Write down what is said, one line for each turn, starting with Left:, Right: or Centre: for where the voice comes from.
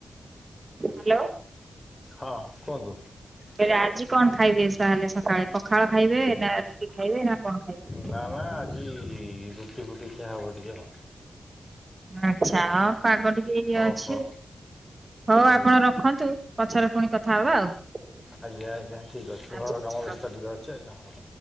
Right: ହାଲୋ।
Left: ହଁ କୁହନ୍ତୁ।
Right: ମୁଁ କଇଲି ଆଜି କଣ ଖାଇବେ ତାହେଲେ ସକାଳେ ପଖାଳ ଖାଇବେ ନା ରୁଟି ଖାଇବେ ନା କଣ ଖାଇବେ।
Left: ନା ନା ଆଜି ରୁଟି ଫୁଟି ଖିଆ ହେବ ଟିକି ଆଉ।
Right: ଆଚ୍ଛା ହଁ ପାଗ ଟିକେ ଇଏ
Left: ହଉ
Right: ଅଛି
Left: ହଉ
Right: ହଉ
Left: ଆଜ୍ଞା।
Right: ଆପଣ ରଖନ୍ତୁ। ପଛରେ ପୁଣି କଥା ହବା ଆଉ।
Left: ଆଜ୍ଞା ଆଜ୍ଞା ଠିକ ଅଛି
Right: ଆଚ୍ଛା
Left: ଘର
Right: ଆଚ୍ଛା
Left: କାମ ବ୍ୟସ୍ତ
Right: ରଖ
Left: ଟିକେ ଅଛି ଆଜ୍ଞା ହଁ